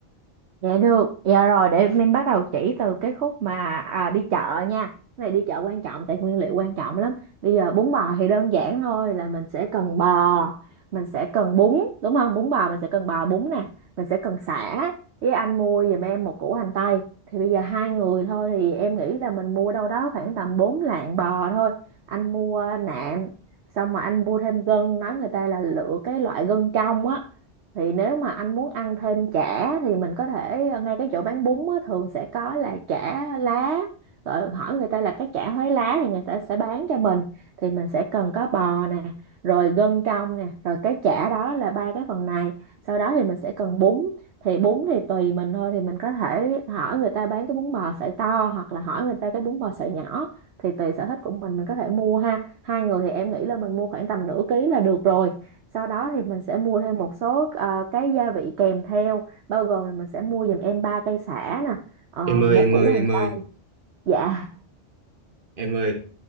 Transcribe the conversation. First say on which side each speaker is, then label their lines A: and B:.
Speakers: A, on the right; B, on the right.
A: Dạ được, dạ rồi để mình bắt đầu chỉ từ cái khúc mà à, đi chợ nha. Cái này đi chợ quan trọng tại nguyên liệu quan trọng lắm. Bây giờ bún bò thì đơn giản thôi là mình sẽ cần bò, mình sẽ cần bún, đúng không? Bún bò mình sẽ cần bò bún nè, mình sẽ cần sả. Với anh mua giùm em một củ hành tây. Thì bây giờ hai người thôi thì em nghĩ là mình mua đâu đó khoảng tầm 4 lạng bò thôi. Anh mua nạm, xong mà anh mua thêm gân, nói người ta là lựa cái loại gân trong á thì nếu mà anh muốn ăn thêm chả thì mình có thể ờ, ngay cái chỗ bán bún á, thường sẽ có là chả lá rồi hỏi người ta là cái chả Huế lá thì người ta sẽ bán cho mình thì mình sẽ cần có bò nè rồi gân trong nè rồi cái chả đó là ba cái phần này sau đó thì mình sẽ cần bún thì bún thì tùy mình thôi thì mình có thể hỏi người ta bán cái bún bò sợi to hoặc là hỏi người ta cái bún bò sợi nhỏ thì tùy sở thích của mình mình có thể mua ha hai người thì em nghĩ là mình mua khoảng tầm nửa ký là được rồi sau đó thì mình sẽ mua thêm một số ờ, cái gia vị kèm theo, bao gồm là mình sẽ mua giùm em ba cây sả nè, ờ,
B: Em
A: một
B: ơi em
A: củ
B: ơi
A: hành
B: em ơi
A: tây. Dạ,
B: em ơi